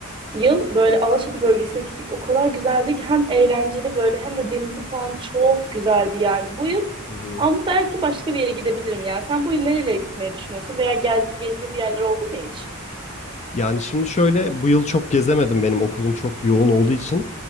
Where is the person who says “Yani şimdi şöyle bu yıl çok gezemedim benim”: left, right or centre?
Left